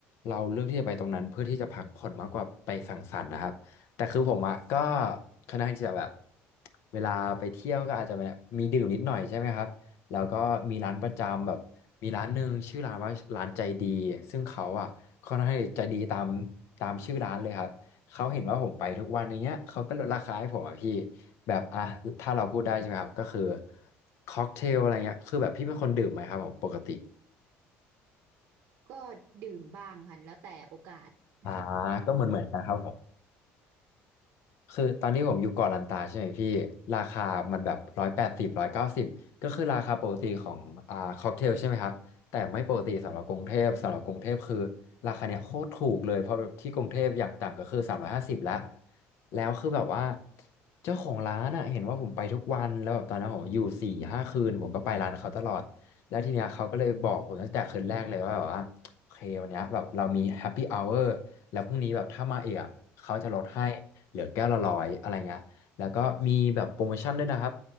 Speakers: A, on the left (about 60°); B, on the right (about 55°).
A: เราเลือกที่จะไปตรงนั้นเพื่อที่จะพักผ่อนมากกว่าไปสังสรรค์นะครับแต่คือผมอะก็ค่อนข้างที่จะแบบเวลาไปเที่ยวก็อาจจะแบบมีดื่มนิดหน่อยใช่ไหมครับแล้วก็มีร้านประจำแบบมีร้านหนึ่งชื่อร้านว่าร้านใจดีซึ่งเขาอะค่อนข้างใจดีตามตามชื่อร้านเลยครับ เขาเห็นว่าผมไปทุกวันอย่างเงี้ยเขาก็ลดราคาให้ผมอ่ะพี่ แบบอ่ะ ถ้าเราพูดได้ใช่ไหมครับ ก็คือค็อกเทลอะไรเงี้ย คือแบบพี่เป็นคนดื่มไหมครับผมปกติ
B: ก็ดื่มบ้างค่ะแล้วแต่โอกาส <laughs>
A: อ่าก็เหมือนเหมือนกันครับผม คือตอนที่ผมอยู่เกาะลันตาใช่ไหมพี่ราคามันแบบร้อยแปดสิบร้อยเก้าสิบก็คือราคาปกติของอ่าค็อกเทลใช่ไหมครับแต่ไม่ปกติสำหรับกรุงเทพสำหรับกรุงเทพคือราคาเนี่ยโคตรถูกเลยเพราะแบบที่กรุงเทพอย่างต่ำก็คือสามร้อยห้าสิบแล้วแล้วคือแบบว่าเจ้าของร้านอ่ะเห็นว่าผมไปทุกวันแล้วแบบตอนนั้นผมอยู่สี่ห้าคืนผมก็ไปร้านเขาตลอดแล้วทีเนี้ยเขาก็เลยบอกผมตั้งแต่คืนแรกเลยว่าแบบว่าโอเควันเนี้ยแบบเรามีแฮปปี้อเวอร์แล้วพรุ่งนี้แบบถ้ามาเอะเขาจะลดให้ เหลือแก้วละร้อยอะไรเงี้ยแล้วก็มีแบบโปรโมชั่นด้วยนะครับ